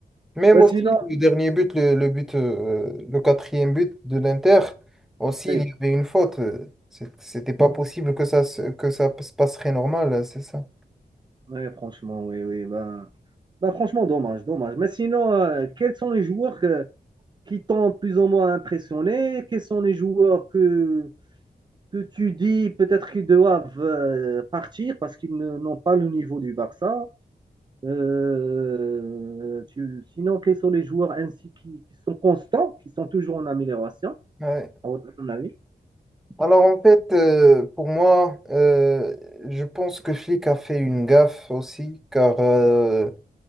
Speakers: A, in the centre; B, on the right.
A: Même
B: Mais
A: aussi,
B: sinon,
A: le dernier but, le, le but, euh, le quatrième but de l'Inter, aussi,
B: oui,
A: il y avait une faute. euh, c'est- C'était pas possible que ça, se- que ça se passerait normal, c'est ça.
B: Ouais, franchement, oui, oui. Bah, bah, franchement, dommage, dommage. Mais sinon, euh, quels sont les joueurs que, qui t'ont plus ou moins impressionné? Quels sont les joueurs que, que tu dis peut-être qu'ils doivent euh, partir parce qu'ils ne- n'ont pas le niveau du Barça? Euh, tu- sinon, quels sont les joueurs ainsi qui, qui sont constants, qui sont toujours en amélioration,
A: Ouais.
B: à votre avis?
A: Alors en fait, euh, pour moi, euh, je pense que Flick a fait une gaffe aussi, car euh,